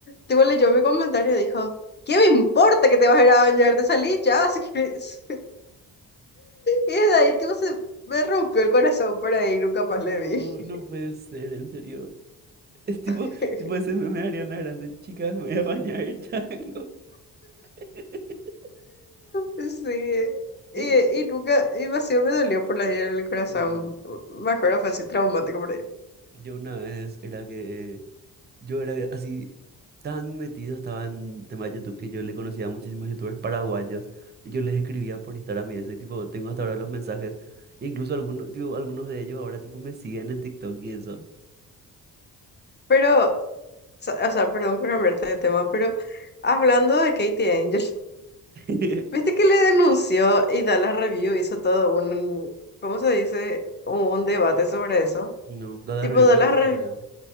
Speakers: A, on the left; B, on the right.
A: tipo, leyó mi comentario y dijo, ¿qué me importa que te vas a ir a bañar? Te salí ya, si querés. <laughs> Y de ahí, tipo, se me rompió el corazón por ahí, nunca
B: No,
A: más le vi.
B: no puede ser, en serio. Es tipo,
A: <laughs>
B: tipo ese meme de Ariana Grande, chicas, me voy a bañar, chango. <laughs>
A: Sí, y,
B: Y
A: y nunca, y vacío me dolió por la herida en el corazón.
B: Sí.
A: Me acuerdo, fue así traumático por ahí.
B: yo una vez era que Yo era así tan metido, estaba en tema de YouTube que yo le conocía a muchísimos YouTubers paraguayos y yo les escribía por Instagram y eso y tipo, tengo hasta ahora los mensajes. Incluso algunos, tipo, algunos de ellos ahora tipo me siguen en TikTok y eso.
A: Pero, o sea, o sea, perdón por cambiarte de tema, pero hablando de Katie Angel,
B: <laughs>
A: Viste que le denunció y Dallas Review hizo todo un, ¿cómo se dice? Un debate sobre eso.
B: No, Dada
A: Tipo,
B: Revipio
A: Dallas,
B: existe
A: Re-
B: todavía.